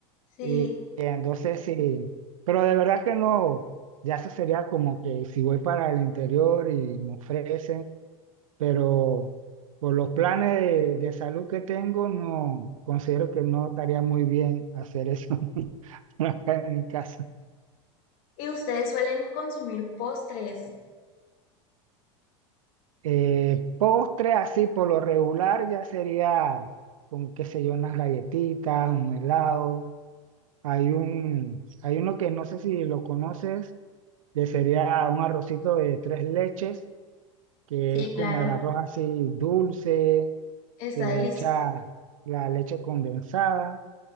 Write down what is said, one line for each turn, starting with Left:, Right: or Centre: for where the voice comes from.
Left: Sí.
Right: Y, y entonces sí, pero de verdad que no, ya eso sería como que si voy para el interior y me ofrecen pero por los planes de, de salud que tengo, no considero que no estaría muy bien hacer eso <laughs> acá en mi casa.
Left: ¿Y ustedes suelen consumir postres?
Right: Eh, postre así por lo regular ya sería como qué sé yo, unas galletitas, un helado. Hay un, hay uno que no sé si lo conoces, que sería un arrocito de tres leches, que
Left: Sí,
Right: es como
Left: claro,
Right: el arroz así dulce,
Left: está
Right: se le
Left: delicioso.
Right: echa la leche condensada